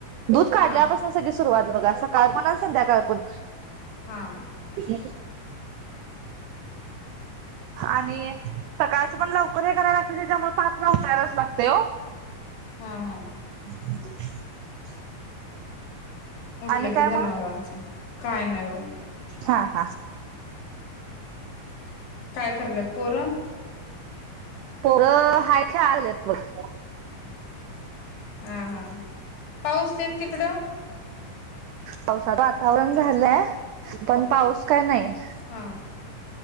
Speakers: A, on the right (about 85°); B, on the left (about 70°).
A: दूध काढल्यापासून
B: हा
A: सगळे सुरुवात बघ असं काळ पण संध्या काळ पण
B: हा
A: ह आणि सकाळच पण लवकर हे करायला लागत त्याच्यामुळे पाचव उतरायलाच लागते हो
B: हा हा
A: ह
B: उठलं
A: काय
B: की जनावरांचं
A: मग
B: काय नाही बघा
A: हा हा
B: काय कलंत पोरं
A: पोर हाय ख्या आगलेत मग
B: हा हा पाऊस तेन तिकडं
A: पावसाचं वातावरण झालंय पण पाऊस काय नाही
B: हा